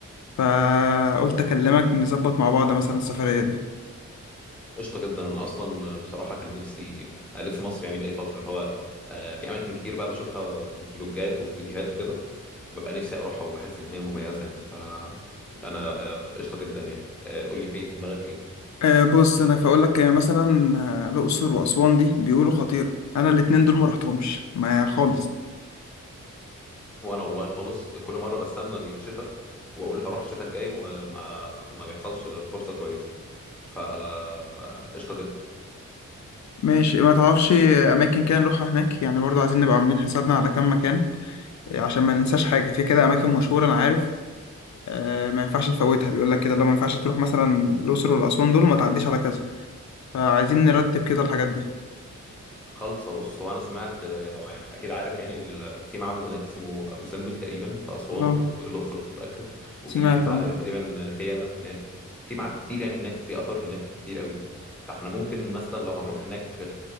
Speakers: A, on the left; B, in the centre.
A: فقلت اكلمك نظبط مع بعض مثلا السفريه دي
B: قشطة جدا أنا أصلا بصراحة كان نفسي ألف مصر يعني بقالي فترة اللي هو آه، في أماكن كتير بقى بشوفها في فلوجات وفي فيديوهات وكده ببقى نفسي أروحها وبحس إن هي مميزة يعني فأنا آه، قشطة جدا يعني آه، قول لي في إيه في دماغك إيه
A: أه بص انا فاقول لك يعني مثلا آه، الاقصر واسوان دي بيقولوا خطيره انا الاتنين دول ما رحتهمش ما خالص
B: وأنا والله خالص كل مرة بستنى الشتاء وأقول هروح الشتاء الجاي وما ما بيحصلش فرصة كويسة فقشطة جدا
A: ماشي ما تعرفش اماكن كده نروحها هناك يعني برضه عايزين نبقى عاملين حسابنا على كام مكان آه، عشان ما ننساش حاجه في كده اماكن مشهوره انا عارف آه، ما ينفعش نفوتها بيقول لك كده لو ما ينفعش تروح مثلا الاقصر والاسوان دول وما تعديش على كذا فعايزين نرتب كده الحاجات دي
B: خالصه بص هو انا سمعت او يعني اكيد عارف يعني ال- في معبد هناك اسمه ابو سمبل تقريبا في اسوان
A: اه
B: او في الاقصر مش متاكد وفي
A: سمعت
B: فا-
A: اه
B: تقريبا فيلة هناك في معابد كتير يعني هناك وفي اثار هناك كتير قوي فاحنا ممكن مثلا لو هنروح هناك